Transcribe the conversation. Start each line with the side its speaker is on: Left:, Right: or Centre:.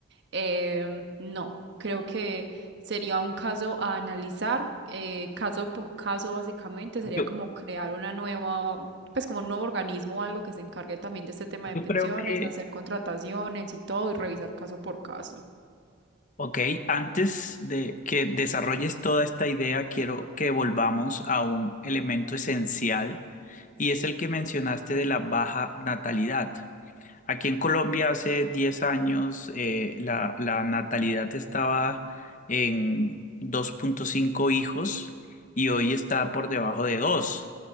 Right: Em, no, creo que sería un caso a analizar, eh, caso por caso básicamente, sería
Left: Yo,
Right: como crear una nueva pues como un nuevo organismo o algo que se encargue también de este tema de
Left: yo
Right: pensiones,
Left: creo que
Right: hacer contrataciones y todo y revisar caso por caso.
Left: Ok, antes de que desarrolles toda esta idea, quiero que volvamos a un elemento esencial y es el que mencionaste de la baja natalidad. Aquí en Colombia hace 10 años eh, la, la natalidad estaba en 2.5 hijos y hoy está por debajo de 2,